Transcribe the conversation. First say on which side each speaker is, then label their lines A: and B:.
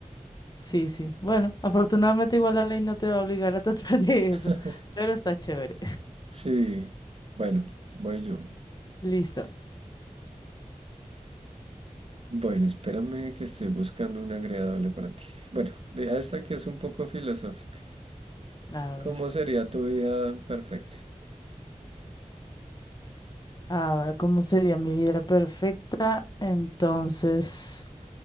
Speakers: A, on the left (about 35°); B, on the right (about 50°).
A: Sí, sí. Bueno, afortunadamente igual la ley no te va a obligar a <laughs> tratar de
B: <laughs>
A: eso, pero está chévere.
B: Sí, bueno, voy yo.
A: <laughs> Listo.
B: Bueno, espérame que estoy buscando una agradable para ti. Bueno, de esta que es un poco filosófica.
A: A
B: ¿Cómo
A: ver,
B: sería tu vida perfecta?
A: a ver, ¿cómo sería mi vida perfecta? Entonces,